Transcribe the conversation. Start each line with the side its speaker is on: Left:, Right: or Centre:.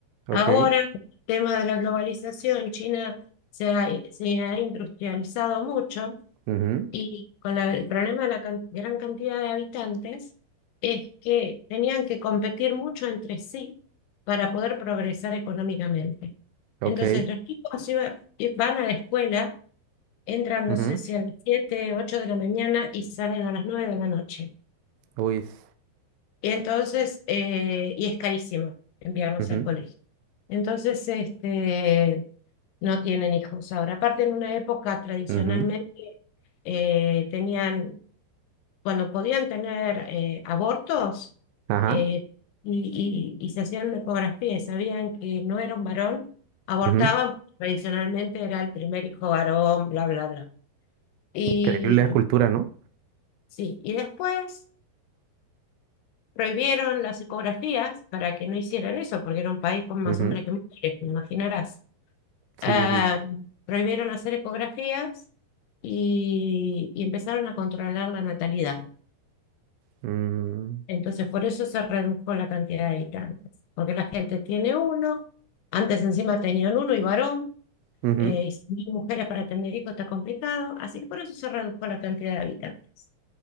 Right: Ok,
Left: Ahora, con el tema de la globalización, China se ha, se ha industrializado mucho
Right: ujú,
Left: y con la- el problema de la can- gran cantidad de habitantes es que tenían que competir mucho entre sí para poder progresar económicamente.
Right: ok,
Left: Entonces, los chicos iba- i- van a la escuela, entran,
Right: ujú,
Left: no sé si a las 7 8 de la mañana y salen a las 9 de la noche.
Right: uy, s-
Left: Y entonces, eh, y es carísimo enviarlos
Right: ujú,
Left: al colegio. Entonces, este, no tienen hijos ahora. Aparte, en una época tradicionalmente
Right: ujú,
Left: eh, tenían cuando podían tener eh, abortos
Right: ajá,
Left: eh, y, y- y se hacían una ecografía y sabían que no era un varón, abortaban,
Right: ujú.
Left: tradicionalmente era el primer hijo varón, bla, bla, bla. Y
Right: Increíble la cultura, ¿no?
Left: sí, y después prohibieron las ecografías para que no hicieran eso, porque era un país con
Right: Ujú,
Left: más hombres que mujeres, te imaginarás.
Right: Sí,
Left: Ah,
Right: sí, sí.
Left: prohibieron hacer ecografías y, y empezaron a controlar la natalidad.
Right: mm,
Left: Entonces, por eso se redujo la cantidad de habitantes, porque la gente tiene uno, antes encima tenían uno y varón,
Right: ujú,
Left: eh, y si hay mujeres para tener hijos está complicado, así que por eso se redujo la cantidad de habitantes.